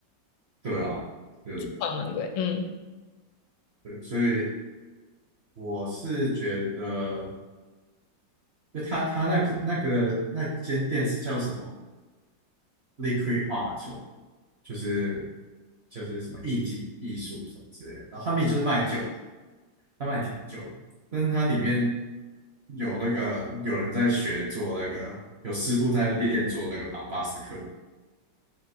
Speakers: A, on the right; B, on the left.
A: 对啊，对
B: 租房蛮贵。嗯，
A: 对，所以我是觉得，就他他那个那个那间店是叫什么 Liquid Art，哦就是就是什么艺体艺术什么之类的。然后他们就是卖酒的，他卖调酒的，但是它里面有那个有人在学做那个，有师傅在练做那个巴巴斯克。